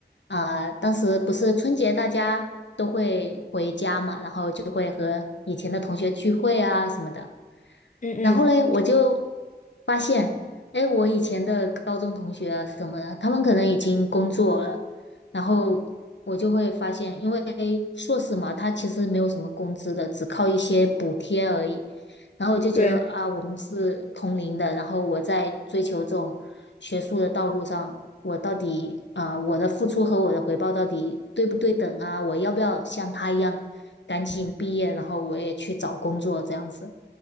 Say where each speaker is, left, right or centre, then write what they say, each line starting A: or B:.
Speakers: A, on the left; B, on the left.
A: 啊、当时不是春节大家都会回家嘛，然后就会和以前的同学聚会啊什么的。
B: 嗯嗯，
A: 然后嘞，我就发现，哎，我以前的高中同学啊什么的，他们可能已经工作了，然后我就会发现，因为硕士嘛，他其实没有什么工资的，只靠一些补贴而已。然后我就觉得啊，
B: 对，
A: 我们是同龄的，然后我在追求这种学术的道路上，我到底啊、我的付出和我的回报到底对不对等啊？我要不要像他一样赶紧毕业，然后我也去找工作这样子？